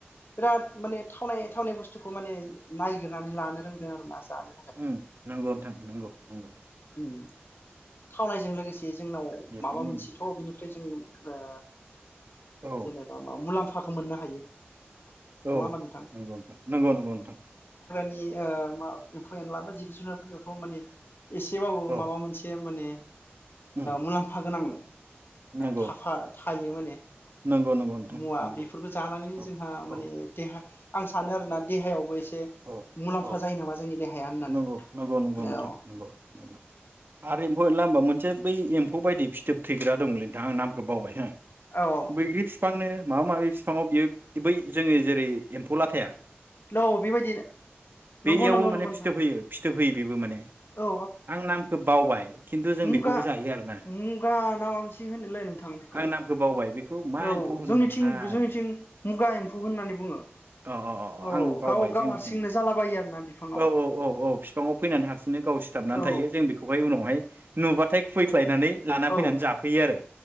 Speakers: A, on the left (about 60°); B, on the right (about 55°).
A: बिराद माने थावनाय थावनाय बुस्थुखौ माने नायगिरनानै लानो रोंदों आरो ना जानो
B: ओम नंगौ नोंथां नंगौ नोंगौ
A: ओम थावनायजों लोगोसे जोंनाव
B: बेफोरनि
A: माबा मोनसेथ' बिनिफ्राय जों ओ
B: औ
A: जेनेबा मा मुलाम्फा खौ मोननो हायो
B: औ
A: नङा होमबा नोंथां
B: नंगौ नोंथां नंगौ नंगौ नोंथां
A: ए ओ एम्फौ एनला बा जिब जुनारफोरनियावथ' माने एसेबाबो
B: औ
A: माबा मोनसे माने
B: उम
A: मुलाम्फा गोनां
B: नंगौ
A: थाफा थायो माने
B: नंगौ नंगौ नोंथां
A: मुवा
B: नंगौ
A: बेफोरबो जानानैनो
B: औ
A: जोंहा माने
B: औ
A: देहा आं सानो आरोना देहायावबो एसे से
B: औ
A: मुलाम्फा
B: औ
A: जायो नामा जोंनि देहाया होननानै
B: नंगौ नंगौ नंगौ नोंथां
A: औ
B: नंगौ आरो एम्फौ होनला होमबा मोनसे बै एम्फौ बायदि फिथोब थैग्रा दंलै नोंथां आं नामखौ बावबाय हो
A: औ औ
B: बैग्रि बिफांनो माबा माबि बिफाङाव बियो बै जोङो जेरै एम्फौलाथाया
A: औ बेबायदि नंगौ
B: बेयावबो
A: नंगौ
B: माने
A: नंगौ नोंथां
B: फिथोब होयो फिथोब होयो बेबो माने
A: औ
B: आं नामखौ बावबाय खिन्थु जों
A: मुगा
B: बेखौबो जायो आरोना
A: मुगा ना मा मोनसे होनोलोय नोंथां बेखौ
B: आं नामखौ बावबाय बेखौ मा
A: औ
B: एम्फौ होनोमोनथाय
A: जोंनिथिं जोंनिथिं मुगा एम्फौ होननानै बुङो
B: अ अ
A: औ
B: आं बावबाय
A: गाव
B: जोंनिथिं
A: गाव हारसिंनो जालाबायो आरोना बिफां
B: औ औ औ औ बिफाङाव फैनानै हारसिंनो गाव सिथाबनानै
A: औ
B: थायो जों बेखौहाय उनावहाय नुबाथाय खुबैख्लायनानै लाना फैनानै
A: औ
B: जाफैयो आरो